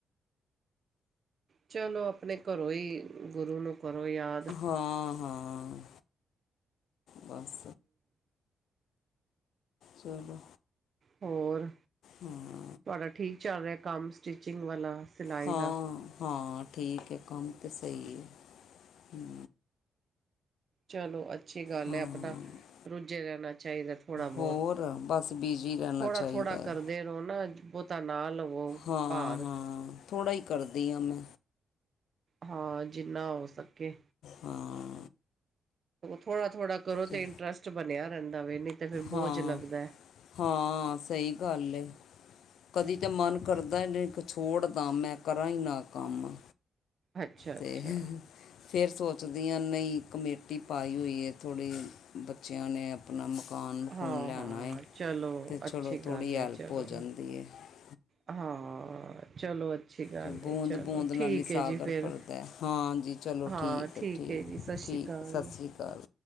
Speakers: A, on the right; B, on the left.
A: ਚਲੋ ਆਪਣੇ ਘਰੋਂ ਈ। ਗੁਰੂ ਨੂੰ ਕਰੋ ਯਾਰ
B: ਹਾਂ- ਹਾਂ। ਬਸ ਚਲੋ,
A: ਹੋਰ
B: ਹਾਂ।
A: ਤੁਹਾਡਾ ਠੀਕ ਚੱਲ ਰਿਹਾ ਕੰਮ ਸਟਿਚਿੰਗ ਵਾਲਾ। ਸਿਲਾਈ
B: ਹਾਂ
A: ਦਾ
B: -ਹਾਂ ਠੀਕ ਹੈ ਕੰਮ ਤਾਂ ਸਹੀ ਹੈ ਹ।
A: ਚਲੋ, ਅੱਛੀ ਗੱਲ
B: ਹਾਂ
A: ਹੈ। ਆਪਣਾ ਰੁੱਝੇ ਰਹਿਣਾ ਚਾਹੀਦਾ ਥੋੜ੍ਹਾ- ਬਹੁਤ
B: ਹੋ, ਬਸ ਬਿਜੀ ਰਹਿਣਾ।
A: ਥੋੜਾ-
B: ਚਾਹੀਦਾ
A: ਥੋੜਾ
B: ਹੈ
A: ਕਰਦੇ ਰੋ ਨਾ ਬਹੁਤਾ ਨਾਲ ਲਵੋ
B: ਹਾਂ
A: ਭਾਰ।
B: ਹਾਂ ਥੋੜ੍ਹਾ ਹੀ ਕਰਦੀ ਹਾਂ। ਮੈ
A: ਹਾਂ। ਜਿੰਨਾ ਹੋ ਸਕੇ।
B: ਹਾਂ
A: ਥੋੜਾ -ਥੋੜ੍ਹਾ ਕਰੋ ਤਾਂ
B: ਚ
A: ਇੰਟਰਸਟ ਬਣਿਆ ਰਹਿੰਦਾ ਵੇ ਨਹੀਂ ਤਾਂ ਫਿਰ
B: ਹਾਂ
A: ਬੋਝ ਲੱਗਦਾ।
B: ਹਾਂ, ਸਹੀ ਗੱਲ ਹੇ। ਕਦੀ ਤੇ ਮਨ ਕਰਦਾ ਏ ਛੋੜਦਾ, ਮੈਂ ਕਰਾਂ ਈ ਨਾ ਕੰਮ।
A: ਅੱਛਾ
B: ਤੇ,
A: ਅੱਛਾ
B: ਫੇਰ ਸੋਚਦੀ ਆ ਨਈ ਕਮੇਟੀ ਪਾਈ ਹੋਈ ਏ ਥੋੜ੍ਹੀ ਬੱਚਿਆਂ ਨੇ ਆਪਣਾ ਮਕਾਨ ਮਕੂਨ
A: ਹਾਂ
B: ਲੈਣਾ
A: ਹਾਂ
B: ਏ
A: ਚਲੋ
B: ਤੇ ਚਲੋ
A: ਅੱਛੀ
B: ਥੋੜ੍ਹੀ
A: ਗੱਲ
B: ਹੈਲਪ
A: ਹੈ ਚਲੋ
B: ਹੋ ਜਣ ਦੇ <unintelligible>
A: ਹਾਂ, ਚਲੋ, ਅੱਛੀ ਗੱਲ
B: ਤੇ ਬੂੰਦ
A: ਏ, ਚਲੋ,
B: ਬੂੰਦ ਨਾਲ
A: ਠੀਕ
B: ਹੀ
A: ਏ
B: ਸਾਗਰ
A: ਜੀ। ਫਿਰ
B: ਭਰਦਾ ਹੈ। ਹਾਂ ਜੀ ਚਲੋ
A: ਹਾਂ। ਠੀਕ
B: ਹੈ
A: ਏ ਜੀ, ਸਤਿ ਸ਼੍ਰੀ
B: ਠੀਕ
A: ਅਕਾਲ।
B: ਸਤਿ ਸ਼੍ਰੀ ਅਕਾਲ